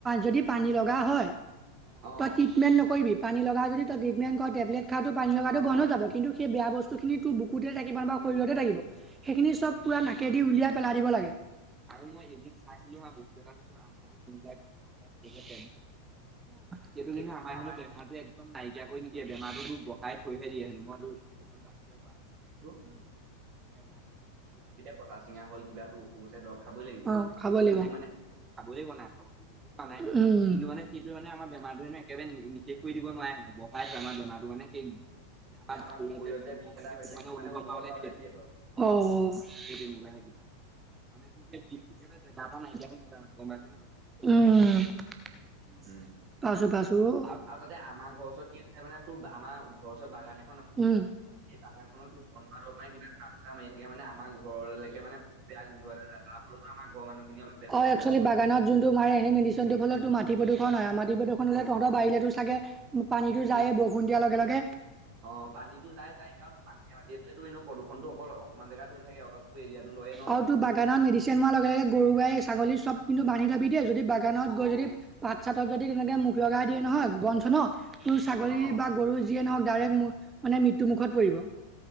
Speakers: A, on the right; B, on the right.
A: যদি পানী লগা হয়।
B: অ
A: তই ট্ৰিটমেণ্ট নকৰিবি? পানী লগা যদি ট্ৰিটমেণ্ট টেবলেট খা তোৰ পানী লগাটো
B: অ
A: বন্ধ হৈ যাব কিন্তু সেই বেয়া বস্তুিনি তো বুকুতে থাকিব ন শৰীৰতে থাকিব, সেইখিনি চব পুৰা নাকেদি
B: উম,
A: উলিয়াই পেলাই দিব লাগে। অ', আৰু মই চাইছিলো বস্তু এটা আমাৰ যে যোনবিলাক বেমাৰ আজাৰ টেবলেট <inaudible> সেইটো
B: সেইবিলাক
A: কিন্তু আমাৰ সেনো
B: হেনো
A: বেমাৰটো একদম নাই
B: মই
A: <inaudible> নাইকিয়া কৰি নিদিয়ে বেমাৰতো বঢ়াই থৈ হেদিয়ে হেনো মইতো <inaudible>
B: হেল্ল?
A: <inaudible> <unintelligible>
B: কটা চিঙা হল কিবা তোৰ অসুখ হৈছে
A: পঢ়া শুনা
B: দৰৱ
A: কৰি
B: খাবই লাগিব
A: খাব
B: সেইটো
A: লাগিব।
B: মানে
A: খাব লাগিব নাই কোৱা নাই কিন্তু মানেইটো মানে আমাৰ বেমাৰটোে একেবাৰে নিশেষ কৰি দিব নোৱাৰে বঢ়াই থয় আমাৰ বেমাৰটো মানে ে খ <unintelligible> আমাৰুল
B: আমাৰ শৰীৰত
A: যে বিিনা
B: বিষ এটা হৈ আছে সেইটো মানে
A: অনুভৱ পা নকি
B: পাবলৈ
A: তেকুৱে
B: নিদিয়ে দৰৱ
A: কিবা <unintelligible> মানে তোৰ সেই বিষটো জেগাৰ পৰা মাৰি দিয়া হৈ নাজায় গম পাইছ ন? উম'।
B: উম'।
A: পাইছো পাইছো অ'।
B: আৰু তাতে আমাৰ ঘৰৰ ওচৰত কি আছে মানে তোৰ আমাৰ ঘৰৰ ওচৰত বাগান এখন আছে
A: উম।
B: এই বাগানখনত বন মৰা দৰব মাৰে কিবা সাৰ চাৰ মাৰি থাকে মানে আমাৰ ঘৰলৈকে মানে বেয়া গোন্ধ যায় তাৰ ফলতো আমাৰ ঘৰৰ মানুহখিনি অলপ বেমাৰ
A: অ',
B: আজাৰ
A: একচলি
B: হয়।
A: বাগানত যোনটো মাৰে সেই মেডিচনৰ ফলত মাটিৰ প্ৰদুষন হয় নহয় মাটি প্ৰদুষন হ'লে তহঁতৰ
B: অ
A: বাৰিলেতো ছাগে পানীতো
B: উম
A: যায়ে বৰষুণ দিয়াৰ লগে-লগে?
B: অ', পানীতো যায়-যায়। কেনে মাটিয়ে-মাটিটো এইটো এনে প্ৰদূষণত অকল অকনমান জেগাত হৈ নথাকে অলপ গৈ ইয়াতটো লয় <inaudible>
A: আৰু তোৰ বাগানত মেডিচিন মাৰাৰ লগে-লগে গৰু গাই ছাগলী চব কিন্তু বান্ধি থবি দেই যদি বাগানত গৈ যদি পাত চাতত যদি তেনেকে মুখ লগাই দিয়ে নহয়
B: উম
A: বন চনত তোৰ ছাগলী
B: অ
A: বা গৰু যিয়ে নহ ডাইৰেক্ মানে মৃত্যু মুুখত পৰিব।